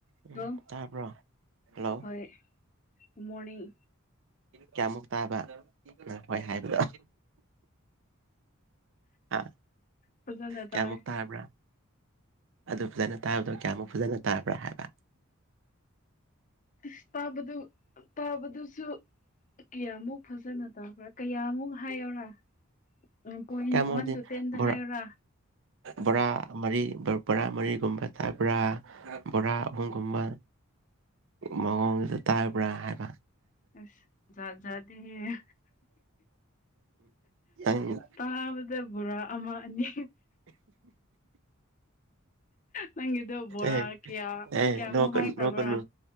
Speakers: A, on the left; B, on the right.
A: ꯑꯗꯣ
B: ꯎꯝ ꯇꯥꯕ꯭ꯔꯣ ꯍꯜꯂꯣ
A: ꯍꯣꯏ ꯃꯣꯔꯅꯤꯡ
B: ꯀꯌꯥꯃꯨꯛ ꯇꯥꯕ ꯏꯪ ꯍꯣꯏ ꯍꯥꯏꯕꯗꯣ ꯍꯥ
A: ꯐꯖꯅ
B: ꯀꯌꯥꯃꯛ
A: ꯇꯥꯏ
B: ꯇꯥꯕ꯭ꯔꯥ ꯑꯗꯨ ꯐꯖꯅ ꯇꯥꯕꯗꯣ ꯀꯌꯥꯃꯨꯛ ꯐꯖꯅ ꯇꯥꯕ꯭ꯔꯥ ꯍꯥꯏꯕ
A: ꯑꯁ ꯇꯥꯕꯗꯨ ꯇꯥꯕꯗꯨꯁꯨ ꯀꯌꯥꯃꯨꯛ ꯐꯖꯅ ꯇꯥꯕ꯭ꯔꯥ ꯀꯌꯥꯃꯨꯛ ꯍꯥꯏꯌꯣꯔꯥ ꯎꯝ ꯄꯣꯏꯟ
B: ꯀꯌꯥꯃꯨꯛꯗꯤ
A: ꯋꯥꯟ ꯇꯨ ꯇꯦꯟꯗ
B: ꯕꯣꯔꯥ
A: ꯍꯥꯏꯌꯣꯔꯥ
B: ꯕꯣꯔꯥ ꯃꯔꯤ ꯕꯣꯔꯥ ꯃꯔꯤꯒꯨꯝꯕ ꯇꯥ ꯕ꯭ꯔꯥ ꯕꯣꯔꯥ ꯑꯍꯨꯝꯒꯨꯝꯕ ꯃꯑꯣꯡꯗ ꯇꯥꯏꯕ꯭ꯔꯥ ꯍꯥꯏꯕ
A: ꯑꯁ ꯖꯥꯠ ꯖꯥꯠꯅꯤꯍꯦ
B: ꯑꯩ
A: ꯇꯥꯕꯗ ꯕꯣꯔꯥ ꯑꯃ ꯑꯅꯤ ꯅꯪꯒꯤꯗꯣ ꯕꯣꯔꯥ
B: ꯑꯦ
A: ꯀꯌꯥ
B: ꯑꯦ
A: ꯀꯌꯥꯃꯨꯛ
B: ꯅꫭꯛꯅꯨ
A: ꯍꯥꯏꯈ꯭ꯔꯕ꯭ꯔꯥ
B: ꯅꫭꯛꯀꯅꯨ